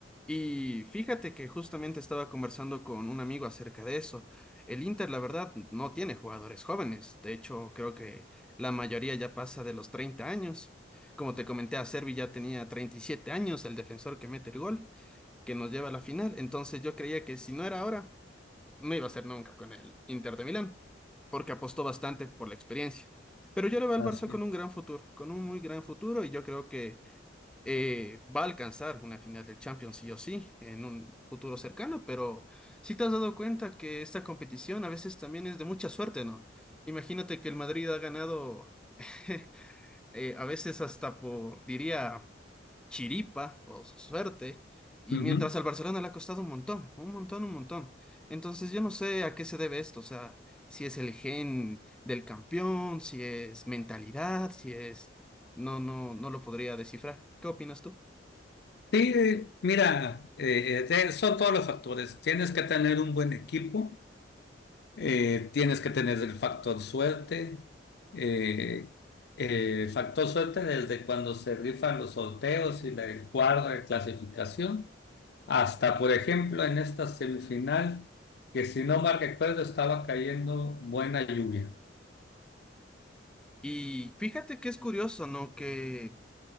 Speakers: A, in the centre; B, on the left (about 60°).
A: Y fíjate que justamente estaba conversando con un amigo acerca de eso. El Inter, la verdad, no tiene jugadores jóvenes. De hecho, creo que la mayoría ya pasa de los 30 años. Como te comenté, a Servi ya tenía 37 años, el defensor que mete el gol, que nos lleva a la final. Entonces yo creía que si no era ahora, no iba a ser nunca con el Inter de Milán, porque apostó bastante por la experiencia. Pero yo le veo al
B: Así
A: Barça con un gran futuro, con un muy gran futuro, y yo creo que eh, va a alcanzar una final del Champions sí o sí en un futuro cercano, pero si te has dado cuenta que esta competición a veces también es de mucha suerte, ¿no? Imagínate que el Madrid ha ganado <laughs> eh, a veces hasta por, diría, chiripa o suerte, y
B: es.
A: mientras al Barcelona le ha costado un montón, un montón, un montón. Entonces yo no sé a qué se debe esto, o sea, si es el gen del campeón, si es mentalidad, si es... No, no, no lo podría descifrar. ¿Qué opinas tú?
B: Sí, eh, mira, eh, te- son todos los factores. Tienes que tener un buen equipo, eh, tienes que tener el factor suerte. eh, eh, factor suerte desde cuando se rifan los sorteos y la, el cuadro de clasificación, hasta, por ejemplo, en esta semifinal, que si no mal recuerdo estaba cayendo buena lluvia.
A: Y fíjate que es curioso, ¿no? Que